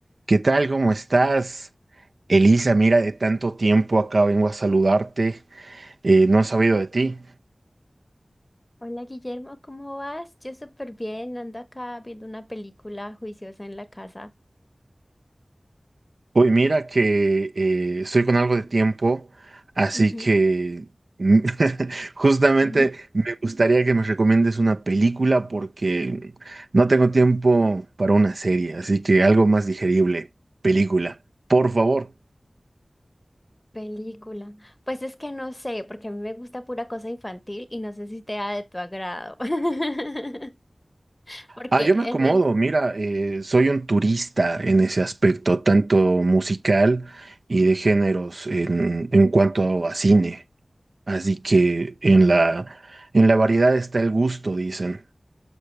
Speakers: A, on the right (about 65°); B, on the left (about 25°).
A: ¿Qué tal? ¿Cómo estás? Elisa, mira, de tanto tiempo acá vengo a saludarte. eh, no he sabido de ti.
B: Hola Guillermo, ¿cómo vas? Yo súper bien, ando acá viendo una película juiciosa en la casa.
A: Uy, mira que eh, estoy con algo de tiempo, así
B: Ujú.
A: que mm, <laughs> justamente
B: <laughs>
A: me gustaría que me recomiendes una película porque no tengo tiempo para una serie, así que algo más digerible, película, por favor.
B: Película. Pues es que no sé, porque a mí me gusta pura cosa infantil y no sé si sea de tu agrado. <laughs> Porque
A: Ah, yo me
B: en
A: acomodo,
B: es-
A: mira, eh, soy un turista en ese aspecto, tanto musical y de géneros en, en cuanto a cine. Así que en la, en la variedad está el gusto, dicen.